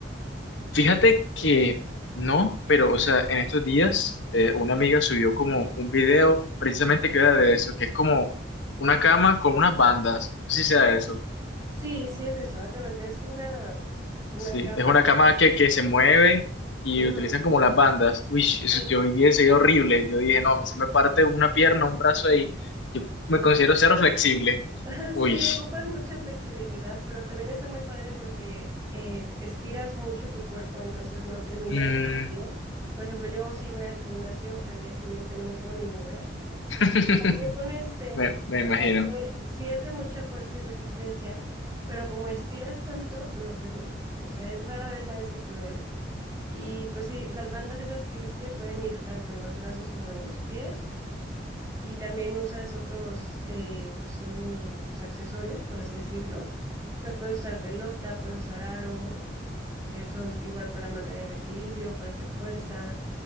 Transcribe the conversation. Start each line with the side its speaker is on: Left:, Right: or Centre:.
Left: Fíjate que no, pero, o sea, en estos días eh, una amiga subió como un video precisamente que era de eso, que es como una cama con unas bandas. No sé si sea eso.
Right: Sí, sí, es eso, haz de cuenta, es una, pues, una
Left: Sí,
Right: cama.
Left: es una cama que, que se mueve y
Right: Ujú.
Left: utilizan como las bandas. Uy, eso-
Right: Sí.
Left: yo vi ese video horrible. Yo dije, no, a mí se me parte una pierna, un brazo ahí. Yo me considero cero flexible.
Right: <laughs>
Left: Uy,
Right: Sí, ocupas mucha flexibilidad, pero también está muy padre porque eh, estiras mucho tu cuerpo, entonces no terminas
Left: mm,
Right: aburrido. Por ejemplo, yo si voy al gimnasio, al día siguiente no me puedo ni mover.
Left: <laughs>
Right: Y en cambio con este,
Left: me, me
Right: o
Left: imagino.
Right: sea, puede- sí es de mucha fuerza y resistencia, pero como estiras tanto, no te duele. O sea, es rara vez la vez que te duele. Y pues sí, las bandas esas que viste pueden ir tanto en los brazos como en los pies. Y también usas otros, eh, pues son pues accesorios, por así decirlo, que puedes usar pelota, puedes usar aro, que son igual para mantener el equilibrio, para hacer fuerza.